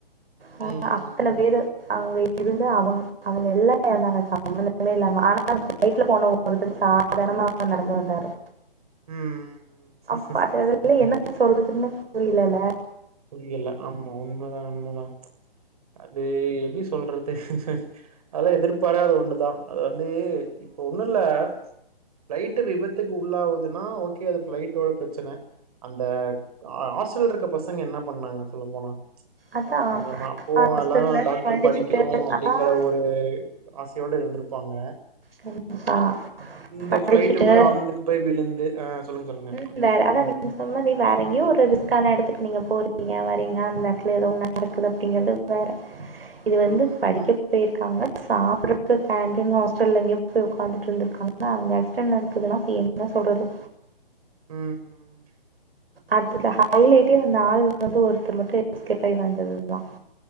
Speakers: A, on the right; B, on the right.
A: ஆ
B: ம்
A: அத்தன
B: ம்
A: பேரு அவங்க இருந்து அவங்க அவங்க எல்லா எரந்தங்க சமந்தமே இல்லாம ஆனா ஃப்ளைட்ல போனவங்க ஒருத்தர் ஆ சாதாரணமா நடந்து வந்தாரு
B: ம் ம்
A: அப்பா
B: ம்
A: அது அதுலே என்ன என் சொல்றதுனே புரியலல
B: புரியல ஆமா உண்மதா உண்மதா அது எப்டி சொல்றது அத எதிர்பாராத ஒண்ணுதா அது வந்து இப்ப ஒண்ணு இல்ல ஃப்ளைட்டு விபத்துக்கு உள்ளாவது த்து நா ஓகே அது ஃப்ளைடோட ப்ரச்சன அந்த ஹா ஹாஸ்ட்டல் இருக்க ப சங்க என்ன பண்ணாங்க சொல்ல போனா
A: அதான்
B: அவங்க பாப்போ
A: ஹாஸ்டல்ல
B: எல்லாரு டாக்டர்
A: படிச்சுட்டு
B: படிக்கணு அப்டிங்கற
A: ஆஹ்
B: ஒரு ஆசயோடு இருந்திருப்பாங்க
A: கண்டிப்பா
B: இந்த
A: படிச்சுட்டு
B: ஃபிளைட்டு போய் அந்துக்கு போய் விழுந்து ஆ சொல்லுங்க சொல்லுங்க
A: ம் வேற அத நீங்க சொன்னதே வேற எங்கயோ ஒரு ரிஸ்க்கான எடத்து வரீங்க அந்த இடத்துல ஏதோ ஒன்ன நடக்குது அப்டிங்கறது வேற இது வந்து
B: ம்
A: படிக்க போய்ருக்காங்க சாப்டறதுக்கு கேண்டி புள்ளங்க போய் உட்காந்துட்டு இருந்தக்காங்க அங்க ஆக்சிடெட் நடக்குதுன்னா இப்ப என்ன சொல்றது
B: ம் ம்
A: அதுல ஹைலைட்டே
B: ம்
A: அந்த ஆள் வந்து ஒருத்தர் மட்டும் எஸ்கேப் ஆகி வந்ததுதா